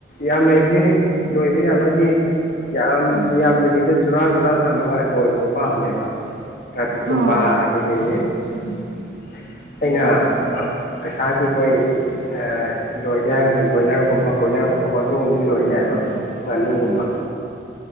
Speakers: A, on the left; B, on the right.
A: ꯌꯥꯝ ꯂꯩꯕꯅꯤꯅꯦ ꯂꯣꯏꯕ ꯌꯥꯕꯗꯤ ꯌꯥꯝ
B: ꯎꯝ ꯎꯝ
A: ꯌꯥꯝꯗꯕꯤꯗ ꯆꯨꯔꯥ ꯆꯨꯔꯥ ꯊꯝꯃꯒ ꯂꯣꯏꯕꯗꯣ ꯄꯥꯝꯃꯦꯕ ꯔ꯭ꯇꯤꯡꯀꯨꯝꯕ
B: ꯑꯣ
A: ꯑꯗꯒꯤ ꯑꯩꯅ ꯄꯩꯁꯥꯒꯤ ꯍꯣꯏ ꯑꯥ ꯂꯣꯏꯒꯦ ꯍꯥꯏꯔꯒꯅ ꯕꯣꯏꯂꯔꯒꯨꯝꯕ ꯀꯣꯏꯂꯔꯒꯨꯝꯕ ꯀꯣ ꯑꯗꯨꯒꯨꯝꯕꯗꯣ ꯂꯣꯏ ꯌꯥꯏꯌꯦꯕ
B: ꯎꯝ
A: ꯉꯥꯅꯨꯒꯨꯝꯕ
B: ꯎꯝ ꯎꯝ